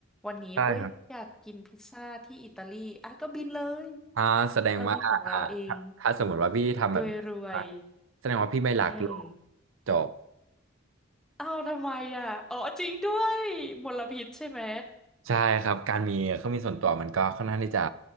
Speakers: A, in the centre; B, on the right (about 80°).
A: วันนี้โอ๊ยอยากกินพิซซ่าที่อิตาลีอ่ะก็บินเลย
B: ใช่ครับ อ่าแสดงว่าอ่าถ้าถ้าสมมติว่าพี่ทำแบบนี้นะ
A: เรามีของเราเองรวย
B: แสดงว่าพี่ไม่รักโลก
A: ๆอืม
B: จบ
A: อ้าวทำไมอ่ะอ๋อจริงด้วยมลพิษใช่ไหม
B: ใช่ครับการมีเครื่องบินส่วนตัวมันก็ค่อนข้างที่จะ